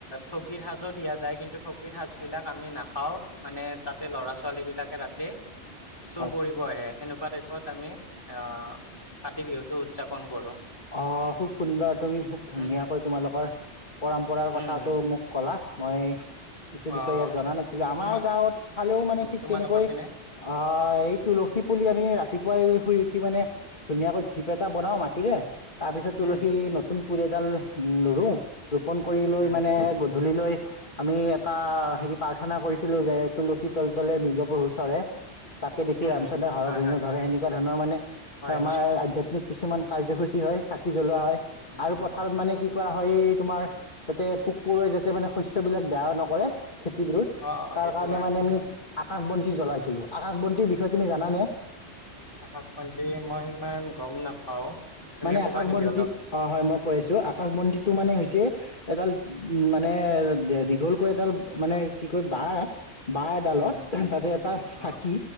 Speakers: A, on the left (about 20°); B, on the left (about 45°).
A: ঠগিৰ সাজো দিয়া যায় কিন্তু ঠগীৰ সাজ বিলাক আমি নাখাও মানে তাতে ল'ৰা ছোৱালী বিলাকে ৰাতি চুৰ
B: হয়
A: কৰিব আহে সেনেকুৱা পত আমি অ কাতি বিহুটো উদযাপন কৰো
B: অ খুব সুন্দৰ তুমি খুব ধুনীয়াকৈ
A: উম উম
B: তোমালোকৰ পৰম্পৰাৰ
A: উম
B: কথাটো
A: উম
B: মোক কলা মই কিছু
A: অ
B: বিষয় ইয়াত জনা নাছিলো আমাৰ
A: তোমাৰ
B: গাঁৱত ফালেও মানে ঠিক
A: তোমালোকৰ
B: তেনেকৈ
A: পিনে
B: আহ এই তুলসী পুলি আমি ৰাতিপুৱাই শুই উঠি মানে ধুনীয়াকৈ ধিপ এটা বনাও মাটিৰে তাৰপিছত তুলসী
A: উম উম
B: নতুন। পুৰি এডাল ৰওঁ ৰোপন কৰি লৈ
A: উম
B: মানে ধূলি লৈ আমি এটা হেৰি প্ৰাৰ্থনা কৰিছিলো। যে তুলসী তল তলে মৃগপুৰ ওচৰে তাকে দেখি
A: উম
B: ৰামচন্দ্ৰ হৰ,
A: হয়
B: ধৈণু
A: হয়
B: ধৰে সেনেকুৱা ধৰণৰ মানে
A: হয়
B: আমাৰ
A: হয়
B: আধ্যাত্মিক কিছুমান কাৰ্যসূচী কি হয় চাকি জ্বলোৱা হয়।
A: উম
B: আৰু
A: উম
B: পথাৰত মানে কি কোৱা? হয় তোমাৰ যাতে পোক পৰুৱাই যাতে মানে শস্য বিলাক বেয়া নকৰে। খেতি বোৰত
A: অ অ
B: তাৰ
A: সেইটো
B: কাৰণে মানে আমি আকাশ বন্তি জ্বলাইছিলো। আকাশ বন্তিৰ বিষয়ে তুমি জানে?
A: আকাশ বন্তি মই সিমান গম নাপাও। তুমি
B: মানে
A: ক'বা
B: আকাশ
A: নেকি
B: বন্তি
A: অলপ
B: অ হয় মই কৈ আছো, আকাশ বন্তিটো মানে
A: উম
B: হৈছে এডাল উম মানে দীঘলকৈ এডাল মানে কি কয় বা বাঁহ এডালত
A: উম
B: তাতে এটা
A: অ
B: চাকি,